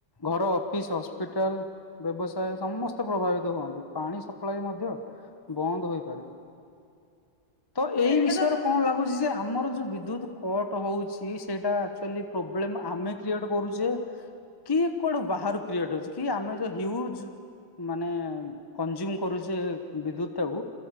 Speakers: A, on the left; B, on the left.
A: ଘର ଅଫିସ୍ ହସ୍ପିଟାଲ୍ ବ୍ୟବସାୟ ସମସ୍ତେ ପ୍ରଭାବିତ ହୁଅନ୍ତି ପାଣି ସପ୍ଲାଏ ମଧ୍ୟ ବନ୍ଦ ହୋଇପାରେ। ତ
B: ହଁ
A: ଏଇ
B: ଏଇଟା
A: ବିଷୟରେ
B: ତ
A: କଁ ଲାଗୁଛି ଯେ ଆମର ଯୋଉ ବିଦ୍ୟୁତ୍ କଟ୍ ହଉଛି ସେଇଟା ଆକ୍ ଚୁଆଲି ପ୍ରୋବ୍ଲେମ୍ ଆମେ କ୍ରିଏଟ୍ କରୁଛେ କି କୁଆଡୁ ବାହାରୁ କ୍ରିଏଟ୍ ଅଛି କି ଆମେ ଯୋଉ ହ୍ୟୁଜ୍ ମାନେ କଞ୍ଜୁମ୍ କରୁଛେ ବିଦ୍ୟୁତ୍ ତାକୁ